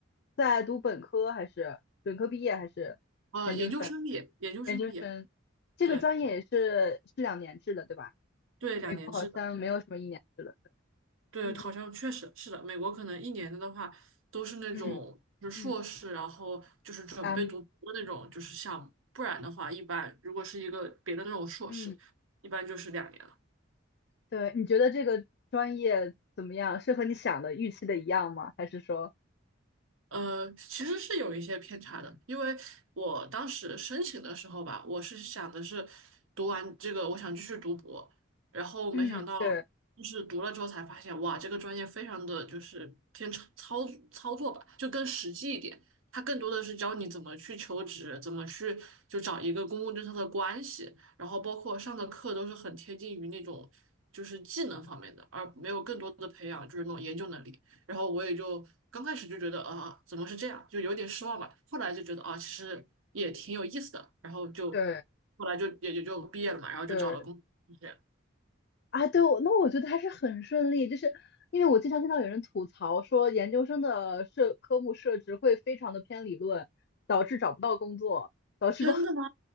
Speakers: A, on the left (about 55°); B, on the right (about 85°).
A: 在读本科还是本科毕业还是研究生？
B: 呃，研究生毕业，研究生毕业，
A: 研究生这个专业也是是两年制的，
B: 对
A: 对吧？
B: 对，
A: 美国好像没有什么一年制的。
B: 两年制的。对，
A: 嗯，
B: 好像确实是的。美国可能一年的的话，都是那种就是硕士，
A: 嗯嗯
B: 然后就是准备读博的那种就是项目，
A: 嗯
B: 不然的话，一般如果是一个别的那种硕士，
A: 嗯，
B: 一般就是两年。
A: 对，你觉得这个专业怎么样？是和你想的预期的一样吗？还是说，
B: 呃，其实是有一些偏差的，因为我当时申请的时候吧，我是想的是读完这个，我想继续读博，然后没想到
A: 嗯，对
B: 就是读了之后才发现，哇，这个专业非常的就是偏操操操作吧，就更实际一点，它更多的是教你怎么去求职，怎么去就找一个公共政策的关系，然后包括上的课都是很贴近于那种就是技能方面的，而没有更多的培养就是那种研究能力。然后我也就刚开始就觉得啊，怎么是这样，就有点失望吧。后来就觉得啊，其实也挺有意思的。然后就
A: 对
B: 后来就也也就毕业了嘛，然后就找了工作。
A: 对，
B: 就这样
A: 啊，对，我那我觉得还是很顺利，就是因为我经常听到有人吐槽说，研究生的设科目设置会非常的偏理论，导致找不到工作，导致不，
B: 真的吗？
A: <laughs>